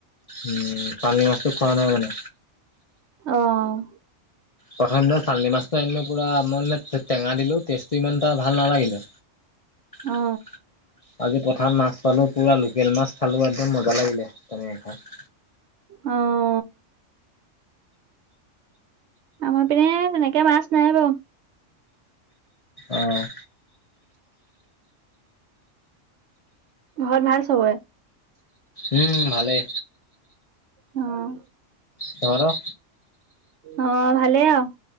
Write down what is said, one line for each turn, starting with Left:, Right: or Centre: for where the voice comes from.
Left: উমঁ, পানী মাছটো খোৱা নহয় মানে।
Right: অ'।
Left: প্ৰথম দিনা চালনী মাছটো পুৰা মই টেঙা দিলো টেষ্টটো ইমান এটা ভাল নালাগিলে। <inaudible>
Right: অ
Left: আজি পথাৰত মাছ পালো, পুৰা লোকেল মাছ খালো, একদম মজা লাগিলে- তেনেকে খাই।
Right: অঁ। আমাৰ পিনে তেনেকে মাছ নাই বাৰু।
Left: অঁহ।
Right: ঘৰত ভাল চবৰে?
Left: উমঁ, ভালেই।
Right: অঁহ',
Left: তহঁতৰ?
Right: অ', -ভালে আৰু।